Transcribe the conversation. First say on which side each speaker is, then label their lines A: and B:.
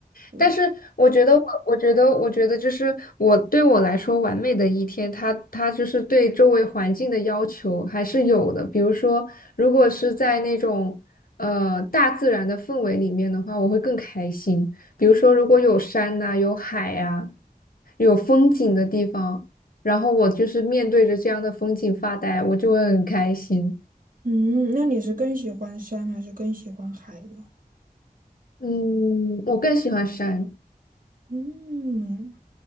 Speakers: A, on the right (about 60°); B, on the left (about 65°).
A: 对，
B: 但是我觉得我，我觉得，我觉得，就是我对我来说，完美的一天，它它就是对周围环境的要求还是有的。比如说，如果是在那种呃大自然的氛围里面的话，我会更开心。比如说，如果有山呐、有海呀、有风景的地方，然后我就是面对着这样的风景发呆，我就会很开心。
A: 嗯，那你是更喜欢山还是更喜欢海呢？
B: 嗯，我更喜欢山。
A: 嗯，